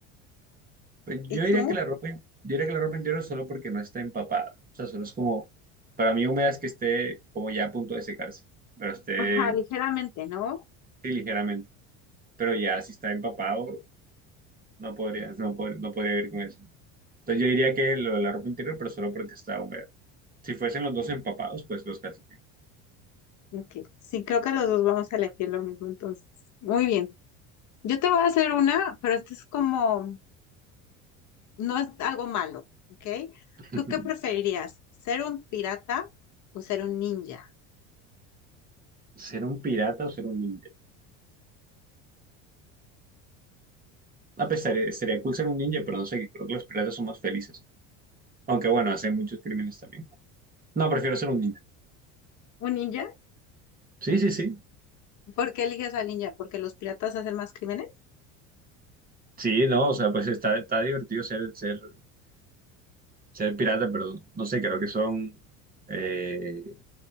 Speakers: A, on the right (about 25°); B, on the left (about 55°).
A: Pues Yo
B: ¿Y tú?
A: diría que la ropa, yo diría que la ropa interior solo porque no está empapada. O sea, solo es como, para mí húmeda es que esté como ya a punto de secarse, pero esté
B: Ajá, ligeramente, ¿no?
A: Sí, ligeramente. Pero ya si está empapado, no podría, no pod- no podría ir con eso. Entonces yo diría que lo de la ropa interior, pero solo porque está húmeda. Si fuesen los dos empapados, pues los calcetines.
B: Ok. Sí, creo que los dos vamos a elegir lo mismo entonces. Muy bien. Yo te voy a hacer una, pero esto es como, no es algo malo, ¿ok?
A: <laughs>
B: ¿Tú qué preferirías? ¿Ser un pirata o ser un ninja?
A: ¿Ser un pirata o ser un ninja? A pesar, sería cool ser un ninja, pero no sé, creo que los piratas son más felices. Aunque bueno, hacen muchos crímenes también. No, prefiero ser un ninja.
B: ¿Un ninja?
A: Sí, sí, sí.
B: ¿Por qué eliges al ninja? ¿Porque los piratas hacen más crímenes?
A: Sí, no, o sea, pues está, está divertido ser, ser, ser pirata, pero no sé, creo que son... eh,